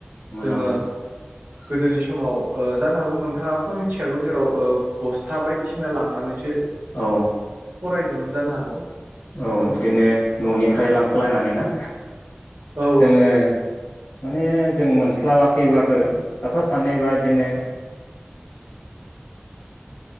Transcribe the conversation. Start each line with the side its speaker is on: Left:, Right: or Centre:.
Left: मोनामोन
Right: जोङो गोदोनि समाव ओ जानो हागौ नोंथाङाबोथ' मिथिखागौ जेराव ओ बस्था बायदिसिना लांनानैसो
Left: औ
Right: फरायदोंमोन। जानो हागौ
Left: औ बिदिनो
Right: औ
Left: न'निफ्राय लांखालायनानै ना।
Right: औ
Left: जोङो माने जों मोनस्लाबाखैबाबो साफा सानैबा बिदिनो